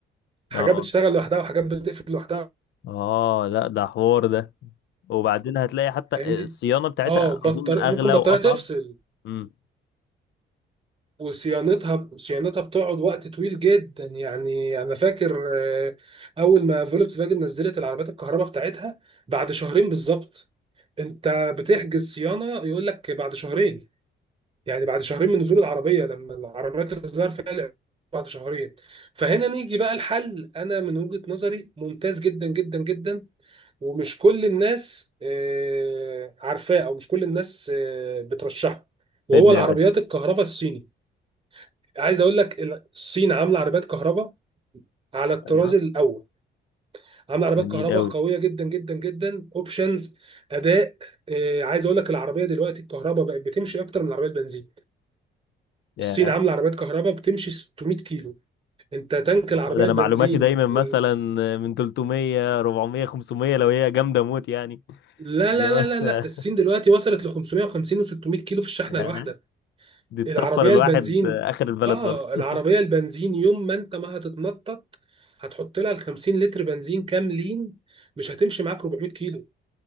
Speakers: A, on the right; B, on the left.
A: حاجات
B: اه
A: بتشتغل لوحدها وحاجات بتقفل لوحدها
B: اه لا ده حوار ده وبعدين هتلاقي حتى
A: فاهمني
B: الصيانة بتاعتها
A: اه بطل...
B: اظن اغلى
A: ممكن بطاريه
B: واصعب
A: تفصل
B: امم
A: وصيانتها صيانتها بتقعد وقت طويل جدا يعني انا فاكر آه، اول ما فولكس فاجن نزلت العربيات الكهرباء بتاعتها بعد شهرين بالظبط انت بتحجز صيانه يقول لك بعد شهرين يعني بعد شهرين من نزول العربيه لما العربيات اللي ظهر فيها الإعلان بعد شهرين فهنا نيجي بقى الحل انا من وجهه نظري ممتاز جدا جدا جدا ومش كل الناس آه، عارفاه او مش كل الناس آه، بترشحه وهو
B: فدني
A: العربيات
B: يا باشا
A: الكهرباء الصيني عايز اقول لك ال- الصين عامله عربيات كهرباء على الطراز
B: ايوه
A: الاول عامله عربيات
B: جميل
A: كهرباء
B: قوي
A: قويه جدا جدا جدا اوبشنز اداء آه، عايز اقول لك العربيه دلوقتي الكهرباء بقت بتمشي اكتر من العربيه البنزين
B: يا
A: الصين عامله عربيات كهرباء بتمشي 600 كيلو انت تانك
B: والله
A: العربيه
B: ده انا
A: البنزين
B: معلوماتي دايما مثلا
A: ال...
B: من 300 400 500 لو هي جامدة موت يعني
A: لا
B: <laughs> اللي
A: لا
B: هو
A: لا
B: أنت-
A: لا لا الصين دلوقتي وصلت ل 550 و600 كيلو في الشحنه
B: يا
A: الواحده
B: دي تسفر
A: العربيه
B: الواحد
A: البنزين
B: اخر البلد
A: اه
B: خالص
A: العربيه
B: <laughs>
A: البنزين يوم ما انت ما هتتنطط هتحط لها ال 50 لتر بنزين كاملين مش هتمشي معاك 400 كيلو